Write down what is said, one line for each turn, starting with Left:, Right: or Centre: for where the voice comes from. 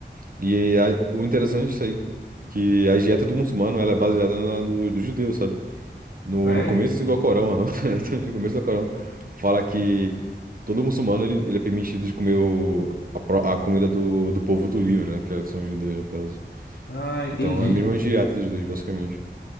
Right: E a- o interessante disso aí, que a dieta do muçulmano, ela é baseada na do, do judeu, sabe? No,
Left: Ah, é?
Right: no começo assim, do Alcorão, aham, <laughs> exatamente no começo do Alcorão, fala que todo muçulmano, ele, ele é permitido de comer o- a, pro- a comida do, do povo do livro, né? Que são os judeus, no caso.
Left: Ah, entendi.
Right: Então, é a mesma dieta dos dois, basicamente.